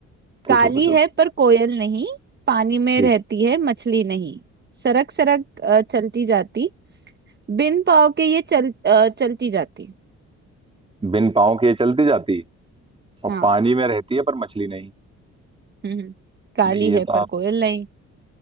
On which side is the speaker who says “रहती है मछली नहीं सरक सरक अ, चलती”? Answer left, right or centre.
Right